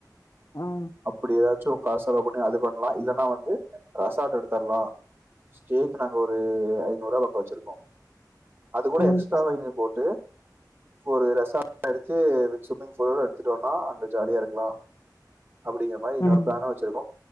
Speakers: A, on the left; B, on the right.
A: ம்
B: அப்படிவா சோகா செலவு பண்ணி அது பண்ணலா இல்லனா வந்து ரெசாட்ட எடுத்தரலா ஸ்டேக் நாங்க ஒரு ஐநூறு பக்கபக்கோ வச்சிருக்கோ அது கூட
A: ம்
B: எக்ஸ்ட்ராவைவை போட்டு ஃபோரு ரெசா நா அடிச்சி விச்சுமன்ஸ் பொதுல எடுத்துட்டோனா அங்க ஜாலியா இருக்கலா அப்படிங்க மாரி இன்னோரு
A: ம்
B: பிளானு வச்சிருக்கோ